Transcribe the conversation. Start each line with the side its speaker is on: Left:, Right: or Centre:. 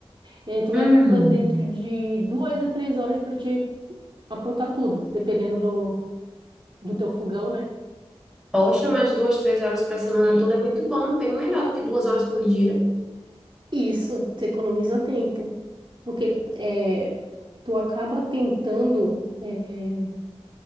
Right: E aí tu
Centre: hum.
Right: leva dentro de duas a três horas para te aprontar tudo, dependendo do, do teu fogão, né?
Centre: Poxa, mas duas, três horas para semana toda é muito bom, bem melhor do que duas horas por dia.
Right: E isso, tu economiza tempo, porque é, tu acaba tentando, é,